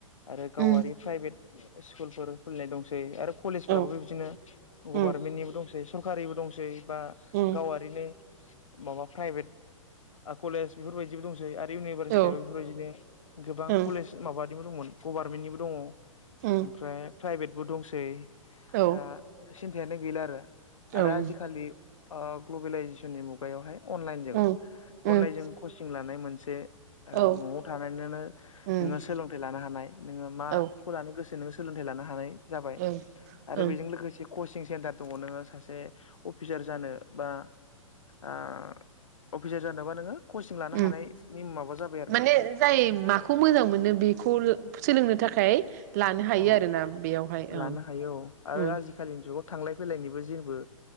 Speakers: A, on the left; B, on the right.
A: आरो गावारि
B: उम
A: प्राइभेट स्कुलफोर खुलिनाय दंसै आरो कलेजफ्राबो
B: औ
A: बिदिनो
B: उम
A: गभारमेन्टनिबो दं सरकारिबो दंसै बा
B: उम
A: गावारिनि माबा प्राइभेट आ कलेज बेफोरबायदिबो दंसै आरो इउनि <unintelligible> बेफोरबादिनो
B: औ
A: गोबां
B: उम
A: कलेज माबा निबो दंमोन गभारमेन्टनिबो दङ। ओमफ्राय
B: ओम
A: प्राइभेट बो दंसै।
B: औ
A: ओ सिन यानो गैला आरो।
B: ओं
A: आरो आजिखालि ओ ग्लबेलाइजेसननि मुग यावहाय अनलाइनजों
B: ओम ओम
A: अनलाइनजों कसिं लानाय मोन से ओ
B: औ
A: न'आव थानानैनोनो
B: ओम
A: नोङो सोलोंथाइ लानो हानाय नोङो माखौ
B: औ
A: लानो गोसो नो सोलोंथाइ लानो हानाय जाबाय
B: ओं
A: आरो
B: ओं
A: बेजों लोगोसे कचिं स्टेन्डार दङ नोङो सासे अफिसार जानो बा अ अफिसार जानोबा नोङो कचिं लानो
B: ओम
A: हानायनि माबा जाबा
B: माने जाय माखौ मोजां मोनो बेखौ सोलोंनो थाखाय लानो हायो
A: औ
B: आरोना बेयावहाय
A: लानो
B: ओं
A: हायो औ आरो
B: ओम
A: आजिखालिनि जुगाव थांलाय फैलायनिबो जेबो